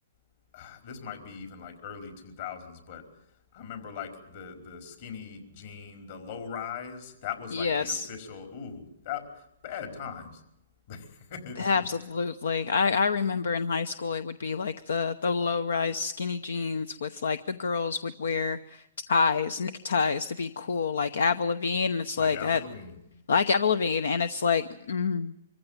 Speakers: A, on the left; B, on the left.
A: <sighs> this might be even like early 2000s, but I remember like the the skinny jean, the low rise. That was
B: Yes.
A: like the official. Ooh, that bad times. <sighs> <laughs>
B: Absolutely. I, I remember in high school it would be like the the low-rise skinny jeans with like the girls would wear ties, neckties to be cool, like Avril Lavigne, and it's
A: like
B: like
A: Avril
B: I
A: Lavigne.
B: like Avril Lavigne, and it's like mm.